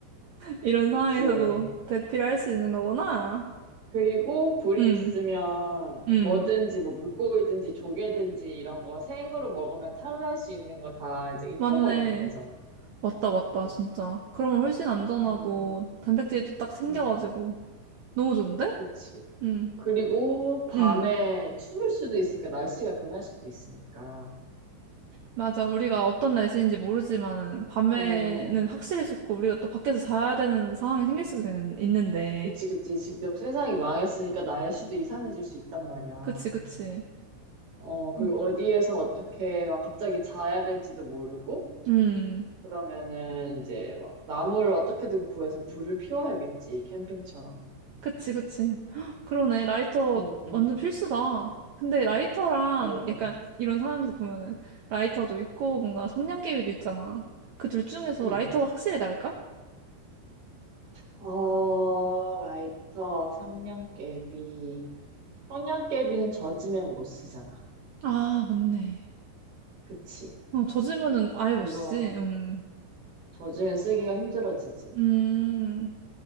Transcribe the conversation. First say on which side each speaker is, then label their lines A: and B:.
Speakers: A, on the right; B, on the right.
A: <laughs> 이런
B: 그치.
A: 상황에서도 대피를 할 수 있는 거구나.
B: 그리고 불이
A: 응,
B: 있으면
A: 응.
B: 뭐든지 뭐 물고기든지 조개든지 이런 거 생으로 먹으면 탈할 수 있는 거 다 이제 익혀
A: 맞네.
B: 먹으면 되잖아.
A: 맞다, 맞다,
B: 그치.
A: 진짜. 그러면 훨씬 안전하고
B: 음, 음,
A: 단백질도 딱 생겨가지고
B: 음.
A: 너무 좋은데?
B: 그치.
A: 응,
B: 그리고 밤에
A: 응.
B: 추울 수도 있으니까 날씨가 변할 수도 있으니까.
A: 맞아. 우리가 어떤 날씨인지 모르지만 밤에는
B: 어,
A: 확실히 춥고 우리가 또 밖에서 자야 되는 상황이 생길 수도 있는- 있는데.
B: 그치, 그치. 지금 세상이 망했으니까 날씨도 이상해질 수 있단 말이야.
A: 그치, 그치.
B: 어, 그리고
A: 음,
B: 어디에서 어떻게 막 갑자기 자야 될지도 모르고,
A: 음,
B: 그러면은 이제 막 나무를 어떻게든 구해서 불을 피워야겠지, 캠핑처럼.
A: 그치, 그치. <gasps> 헉, 그러네. 라이터
B: 응, 응,
A: 완전 필수다. 근데 라이터랑
B: 그러게.
A: 약간 이런 상황에서 보면은 라이터도 있고 뭔가 성냥개비도 있잖아. 그 둘 중에서
B: 응.
A: 라이터가 확실히 나을까?
B: 어, 라이터, 성냥개비. 성냥개비는 젖으면 못 쓰잖아.
A: 아, 맞네.
B: 그치?
A: 어, 젖으면은 아예
B: 그거
A: 못 쓰지. 음,
B: 젖으면 쓰기가 힘들어지지.
A: 음,